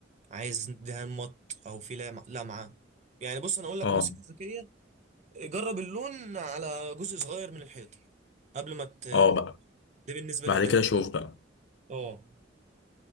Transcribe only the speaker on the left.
اه
اه بقى
بعد
كده شوف بقى